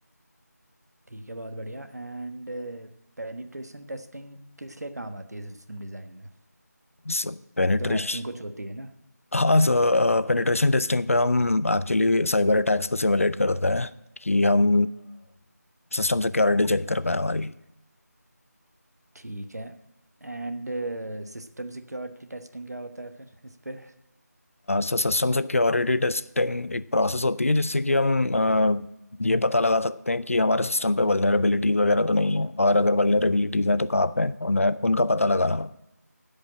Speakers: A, on the right; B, on the left.
A: ठीक है बहुत बढ़िया एंड पेनिट्रेशन टेस्टिंग किस लिए काम आती है सिस्टम डिज़ाइन में
B: सो पेनिट्रेश
A: ये तो हैकिंग कुछ होती है ना
B: हाँ सर पेनिट्रेशन टेस्टिंग पे हम एक्चुअली साइबर अटैक्स को सिमुलेट करते हैं कि हम सिस्टम सिक्योरिटी चेक कर पाए हमारी
A: ठीक है एंड सिस्टम सिक्योरिटी टेस्टिंग क्या होता है फिर इस पे
B: सर सिस्टम सिक्योरिटी टेस्टिंग एक प्रोसेस होती है जिससे कि हम अ, ये पता लगा सकते हैं कि हमारे सिस्टम पे वल्नरेबिलिटीज वगैरह तो नहीं है और अगर वल्नरेबिलिटीज हैं तो कहाँ पे हैं उन्हें उनका पता लगाना